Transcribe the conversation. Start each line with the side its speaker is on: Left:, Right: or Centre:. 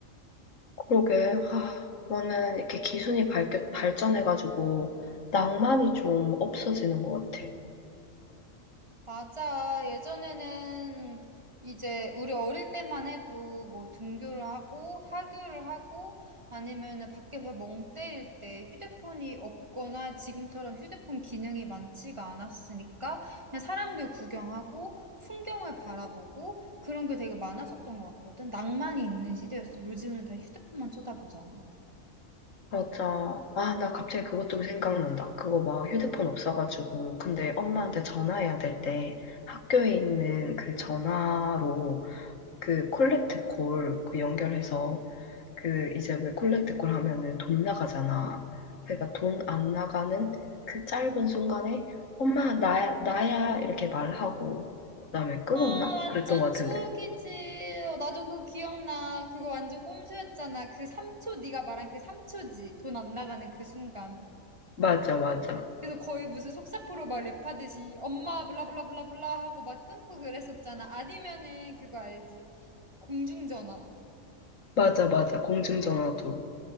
Left: 그러게. 아, 나는 이렇게 기술이 발, 발전해가지고 낭만이 좀 없어지는 것 같아.
Right: 맞아. 예전에는 이제 우리 어릴 때만 해도 뭐 등교를 하고 하교를 하고 아니면은 밖에서 멍 때릴 때 휴대폰이 없거나 지금처럼 휴대폰 기능이 많지가 않았으니까 그냥 사람들 구경하고 풍경을 바라보고 그런 게 되게 많았었던 것 같거든. 낭만이 있는 시대였어. 요즘은 다 휴대폰만 쳐다보잖아.
Left: 맞아. 아, 나 갑자기 그것도 생각난다. 그거 막 휴대폰 없어가지고. 근데 엄마한테 전화해야 될 때 학교에 있는 그 전화로 그 콜렉트 콜 그 연결해서 그 이제 왜 콜렉트콜 하면은 돈 나가잖아. 그러니까 돈 안 나가는 그 짧은 순간에 엄마 나야 나야 이렇게 말하고 그다음에 끊었나?
Right: 아, 완전
Left: 그랬던 것 같은데.
Right: 추억이지. 어, 나도 그거 기억나. 그거 완전 꼼수였잖아. 그 3초, 네가 말한 그 3초지. 돈 안 나가는 그 순간.
Left: 맞아 맞아
Right: 그래서 거의 무슨 속사포로 막 랩하듯이 엄마 블라블라블라블라 하고 막 끊고 그랬었잖아. 아니면은 그거 알지? 공중전화.
Left: 맞아 맞아 공중전화도